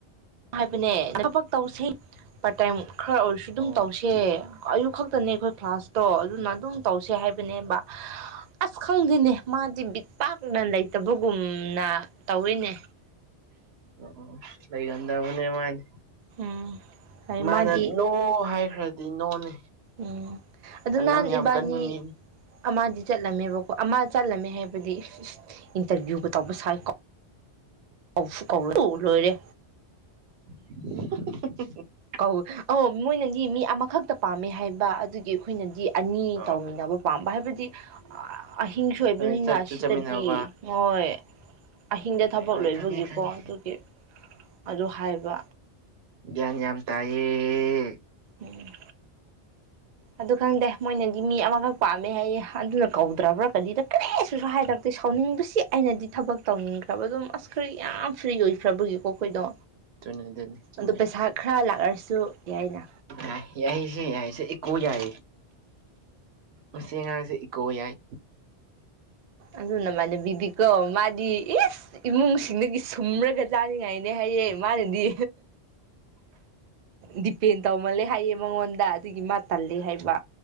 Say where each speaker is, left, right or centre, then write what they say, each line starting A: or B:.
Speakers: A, on the right; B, on the right.
A: ꯍꯥꯏꯕꯅꯦ ꯊꯕꯛ ꯇꯧꯁꯦ ꯄꯥꯔꯠ ꯇꯥꯏꯝ ꯈꯔ ꯑꯣꯏꯔꯁꯨ ꯑꯗꯨꯝ
B: ꯑꯣ
A: ꯇꯧꯁꯦ
B: ꯑꯣ
A: ꯑꯌꯨꯛ ꯈꯛꯇꯅꯦ ꯑꯩꯈꯣꯏ ꯀ꯭ꯂꯥꯁꯇꯣ ꯑꯗꯨꯅ ꯑꯗꯨꯝ ꯇꯧꯁꯦ ꯍꯥꯏꯕꯅꯦꯕ ꯑꯁ ꯈꯪꯗꯦꯅꯦ ꯃꯥꯗꯤ ꯕꯤꯠ ꯄꯥꯛꯅ ꯂꯩꯇꯕꯒꯨꯝꯅ ꯇꯧꯔꯤꯅꯦ
B: ꯑꯣ ꯂꯩꯒꯟꯗꯕꯅꯦ ꯃꯥꯗꯤ
A: ꯎꯝ ꯍꯥꯏ
B: ꯃꯥꯅ
A: ꯃꯥꯗꯤ
B: ꯅꯣ ꯍꯥꯏꯈ꯭ꯔꯗꯤ ꯅꯣꯅꯦ
A: ꯎꯝ ꯑꯗꯨ ꯅꯍꯥꯟ
B: ꯅꯝ ꯌꯥꯝ
A: ꯏꯕꯥꯅꯤ
B: ꯀꯟꯕ ꯃꯤꯅꯤ
A: ꯑꯃ ꯆꯠꯂꯝꯃꯦꯕꯀꯣ ꯑꯃ ꯆꯠꯂꯝꯃꯦ ꯍꯥꯏꯕꯗꯤ ꯏꯟꯇꯔꯚꯤꯌꯨꯒ ꯇꯧꯕ ꯁꯥꯏꯀꯣ ꯀꯥꯎꯁꯨ ꯀꯥꯎꯔꯣꯏ ꯂꯣꯏꯔꯦ
B: <unintelligible>
A: ꯀꯧ ꯑꯣ ꯃꯣꯏꯅꯗꯤ ꯃꯤ ꯑꯃꯈꯛꯇ ꯄꯥꯝꯃꯦ ꯍꯥꯏꯕ ꯑꯗꯨꯒꯤ ꯑꯩꯈꯣꯏꯅꯗꯤ ꯑꯅꯤ
B: ꯑꯣ
A: ꯇꯧꯃꯤꯟꯅꯕ ꯄꯥꯝꯕ ꯍꯥꯏꯕꯗꯤ ꯑꯍꯤꯡꯁꯨ ꯑꯣꯏꯕꯅꯤꯅ
B: ꯍꯣꯏ ꯆꯠꯁꯨ
A: ꯁꯤꯗꯗꯤ
B: ꯆꯠꯃꯤꯟꯅꯕ
A: ꯍꯣꯏ ꯑꯍꯤꯡꯗ ꯊꯕꯛ
B: ꯍꯣꯏ ꯍꯣꯏ
A: ꯂꯣꯏꯕꯒꯤꯀꯣ
B: ꯈꯪꯉꯦ ꯈꯪꯉꯦ
A: ꯑꯗꯨꯒꯤ ꯑꯗꯨ ꯍꯥꯏꯕ
B: ꯒꯌꯥꯟ ꯌꯥꯝ ꯇꯥꯏꯌꯦ
A: ꯎꯝ ꯑꯗꯨ ꯈꯪꯗꯦ ꯃꯣꯏꯅꯗꯤ ꯃꯤ ꯑꯃꯈꯛ ꯄꯥꯝꯃꯦ ꯍꯥꯏꯌꯦ ꯑꯗꯨꯅ ꯀꯧꯗ꯭ꯔꯕ꯭ꯔꯥ ꯀꯔꯤꯗ ꯀꯔꯤꯁꯨ ꯍꯥꯏꯔꯛ ꯑꯗꯩ ꯁꯥꯎꯅꯤꯡꯕꯁꯤ ꯑꯩꯅꯗꯤ ꯊꯕꯛ ꯇꯧꯅꯤꯡꯈ꯭ꯔꯕ ꯑꯗꯨꯝ ꯑꯁ ꯈꯔ ꯌꯥꯝ ꯐ꯭ꯔꯤ ꯑꯣꯏꯈ꯭ꯔꯕꯒꯤꯀꯣ ꯑꯩꯈꯣꯏꯗꯣ
B: ꯑꯗꯨꯅꯤ ꯑꯗꯨꯅꯤ ꯆꯨꯝꯃꯦ
A: ꯑꯗꯨ ꯄꯩꯁꯥ ꯈꯔ ꯂꯥꯛꯂꯔꯁꯨ ꯌꯥꯏꯅ
B: ꯑꯥ ꯌꯥꯏꯁꯦ ꯌꯥꯏꯁꯦ ꯏꯀꯣ ꯌꯥꯏ ꯃꯁꯤ ꯑꯉꯥꯡꯁꯦ ꯏꯀꯣ ꯌꯥꯏ
A: ꯑꯗꯨ ꯅꯃꯥꯅꯕꯤꯗꯤ ꯀꯣ ꯃꯥꯗꯤ ꯏꯁ ꯏꯃꯨꯡꯁꯤꯡꯗꯒꯤ ꯁꯨꯝꯔꯒ ꯆꯥꯅꯤꯡꯉꯥꯏꯅꯦ ꯍꯥꯏꯌꯦ ꯃꯥꯅꯗꯤ ꯗꯤꯄꯦꯟ ꯇꯧꯃꯜꯂꯦ ꯍꯥꯏꯌꯦ ꯃꯉꯣꯟꯗ ꯑꯗꯨꯒꯤ ꯃꯥ ꯇꯜꯂꯦ ꯍꯥꯏꯕ